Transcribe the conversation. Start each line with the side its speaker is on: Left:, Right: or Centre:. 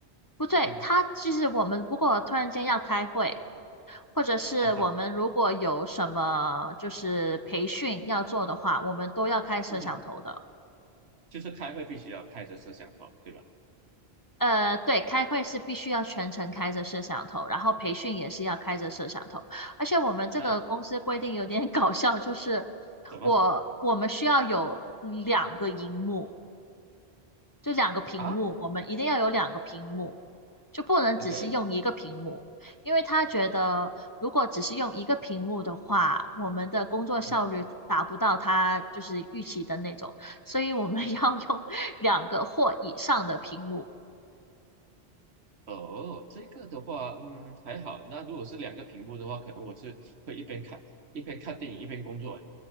Left: 不对，
Right: 嗯
Left: 他就是我们，如果突然间要开会，或者是我们如果有什么就是培训要做的话，
Right: 啊哈。
Left: 我们都要开摄像头的。
Right: 嗯。就是开会必须要开着摄像头，对吧？
Left: 呃，对，开会是必须要全程开着摄像头，然后培训也是要开着摄像头。而且我们这个公司规定有点
Right: 那
Left: <laughs> 搞笑，就是
Right: 怎么
Left: 我我们需要有两个荧幕，就两个屏幕，
Right: 啊
Left: 我们一定要有两个屏幕，就不能只是用一个屏幕，
Right: ？OK，
Left: 因为他觉得如果只是用一个屏幕的话，我们的工作效率达不到他就是预期的那种，
Right: 嗯哼，
Left: 所以我们 <laughs> 要用两个或以上的屏幕。
Right: 哦，这个的话，嗯，还好。那如果是两个屏幕的话，可能我是会一边看一边看电影一边工作。